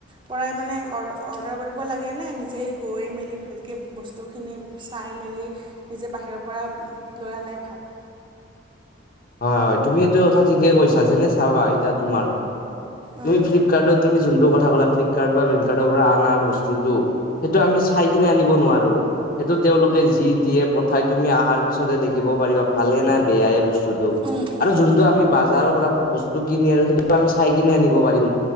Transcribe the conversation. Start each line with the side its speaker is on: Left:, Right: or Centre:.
Right: পৰাই মানে অ, অৰ্ডাৰ কৰিব লাগে নে, নিজেই গৈ মেলি ভালকে বস্তু বস্তুখিনি চাই মেলি, নিজে বাহিৰৰ পৰা লৈ অনাই ভাল।
Left: হয়, হয়, তুমি এইটো কথা ঠিকে কৈছা, যেনে চাবা এতিয়া তোমাৰ
Right: উম
Left: তুমি ফ্লিপকাৰ্টত তুমি যোনটো কথা, ক'লা ফ্লিপকাৰ্ট বা বেনকাৰ্টৰ পৰা অনাৰ বস্তুটো। সেইটো আমি চাই কিনে আনিব নোৱাৰোঁ। সেইটো তেওঁলোকে যি দিয়ে পথাই তুমি অহাৰ পিছতহে দেখিব পাৰিবা ভালেনে বেয়াই। বস্তুটো আৰু
Right: উম উম
Left: যোনটো আমি বাজাৰৰ পৰা বস্তু কিনি আনো, সেইটো আমি চাই কিনি আনিব পাৰিম।